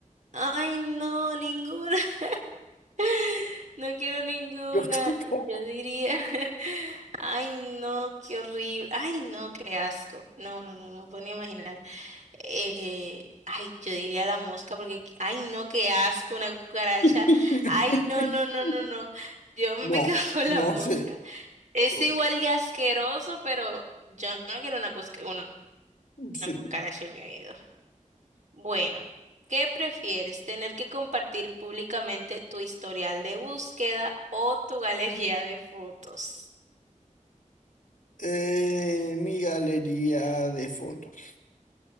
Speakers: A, on the right; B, on the left.
A: ay, no, ninguna. <laughs> No quiero ninguna.
B: yo tampoco.
A: Yo diría, <laughs> ay, no, qué horrible. Ay, no, qué asco. No, no, no, no puedo ni imaginar. Eh, ay, yo diría la mosca porque, qu- ay, no, qué asco, una cucaracha.
B: <laughs>
A: Ay, no, no, no, no, no. Yo me
B: No,
A: <laughs> quedo con
B: no
A: la mosca.
B: sé.
A: Es
B: Yo
A: igual
B: creo-
A: de asqueroso, pero yo no quiero una, cusca- una,
B: sí.
A: una cucaracha en mi oído. Bueno, ¿qué prefieres? ¿Tener que compartir públicamente tu historial de búsqueda o tu galería de fotos?
B: Eh, mi galería de fotos.